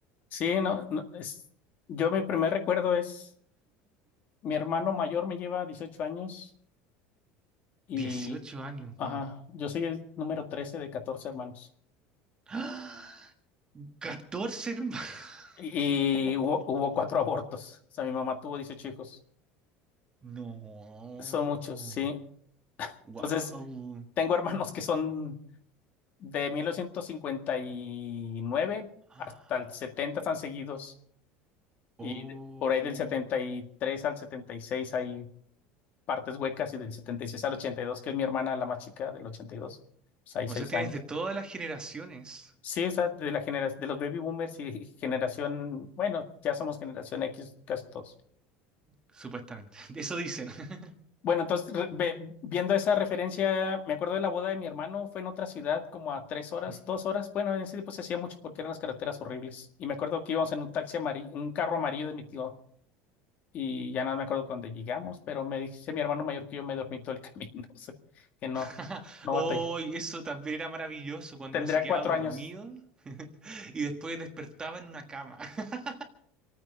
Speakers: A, on the left; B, on the right.
A: Sí, no, no, es, yo mi primer recuerdo es, mi hermano mayor me lleva 18 años
B: <laughs>
A: y,
B: dieciocho años,
A: ajá,
B: wow.
A: yo soy el número 13 de 14 hermanos.
B: <gasps> catorce hermanos.
A: Y
B: <laughs>
A: hubo, hubo cuatro abortos. O sea, mi mamá tuvo 18 hijos.
B: No.
A: Son muchos, sí.
B: Wow.
A: Entonces, tengo hermanos que son de 1959
B: Ah.
A: hasta el 70 están seguidos. Y
B: Oh.
A: de- por ahí del 73 al 76 hay partes huecas y del 76 al 82, que es mi hermana la más chica del 82. Pues hay
B: O
A: seis
B: sea, tienes
A: años.
B: de todas las generaciones,
A: Sí, o sea, de la generación, de los baby boomers y generación, bueno, ya somos generación X casi todos.
B: supuestamente. <laughs> Eso dicen. <laughs>
A: Bueno, entonces, re- ve- viendo esa referencia, me acuerdo de la boda de mi hermano, fue en otra ciudad, como a tres horas,
B: Ujú.
A: dos horas. Bueno, en ese tiempo se hacía mucho porque eran las carreteras horribles. Y me acuerdo que íbamos en un taxi amarillo, un carro amarillo de mi tío, y ya no me acuerdo cuándo llegamos, pero me dice mi hermano mayor que yo me dormí todo el <laughs> camino, o sea, que no,
B: <laughs>
A: no
B: Oh,
A: batallé.
B: y eso también era maravilloso cuando
A: Tendría
B: uno se quedaba
A: cuatro
B: dormido
A: años.
B: y después despertaba en una cama. <laughs>